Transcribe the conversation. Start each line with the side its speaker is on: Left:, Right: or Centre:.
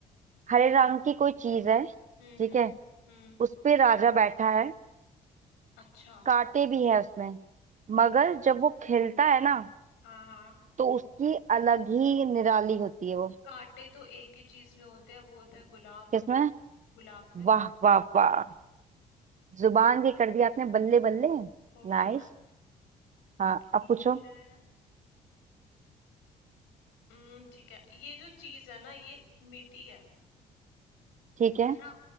Right: हरे रंग की कोई चीज है
Left: हम्म
Right: ठीक
Left: हम्म
Right: है
Left: हम्म
Right: उस पे राजा बैठा है
Left: अच्छा
Right: कांटे भी है उसमें मगर जब वो खिलता है ना
Left: हाँ हाँ
Right: तो उसकी अलग ही निराली होती है वो
Left: कांटे तो एक ही चीज में होते हैं वो होता है गुलाब
Right: किसमें
Left: गुलाब में
Right: वाह वाह वाह जुबान भी कर दिया आपने बल्ले बल्ले
Left: हो गई
Right: नाइस
Left: ना
Right: हाँ
Left: ठीक
Right: अब पूछो
Left: है हम्म ठीक है ये जो चीज है ना ये मीठी है
Right: ठीक
Left: और
Right: है
Left: ना